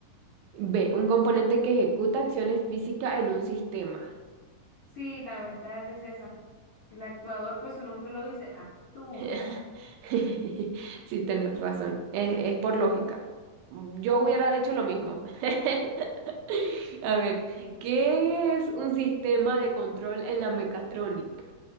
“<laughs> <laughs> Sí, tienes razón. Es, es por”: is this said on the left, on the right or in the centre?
Right